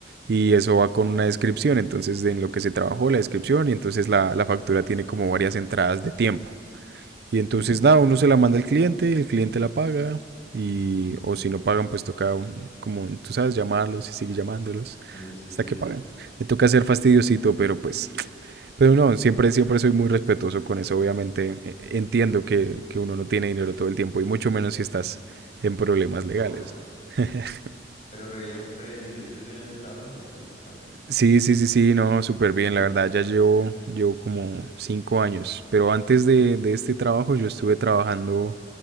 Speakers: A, on the right (about 55°); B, on the left (about 35°).
A: y eso va con una descripción, entonces de en lo que se trabajó la descripción y entonces la, la factura tiene como varias entradas de tiempo. Y entonces
B: Ujú,
A: nada, uno se la manda al cliente, el cliente la paga y o si no pagan pues toca como tú sabes llamarlos y seguir llamándolos
B: Sin insistir,
A: hasta que paguen. Me toca ser fastidiosito, pero pues pero no, siempre siempre soy muy respetuoso con eso, obviamente eh, entiendo que que uno no tiene dinero todo el tiempo y mucho menos si estás en problemas legales.
B: obvio.
A: <laughs>
B: Pero re bien, re bien, ¿y te sientes bien en ese trabajo ahorita? ¿Cómo te está?
A: Sí, sí, sí, sí, no, súper bien, la verdad, ya llevo, llevo como cinco años, pero antes de, de este trabajo yo estuve trabajando,